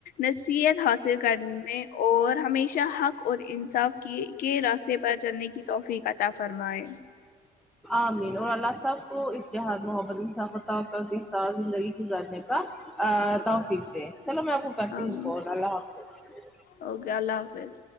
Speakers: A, on the left; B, in the centre.
A: نصیحت حاصل کرنے اور ہمیشہ حق اور انصاف کی کے راستے پر چلنے کی توفیق عطا فرمائے
B: آمین اور اللہ سب کو اتحاد محبت انصاف توكل کے ساتھ زندگی گزارنے کا آ توفیق دے چلو میں آپ کو کرتی
A: آمین
B: ہوں فون اللہ حافظ
A: اوکے اللہ حافظ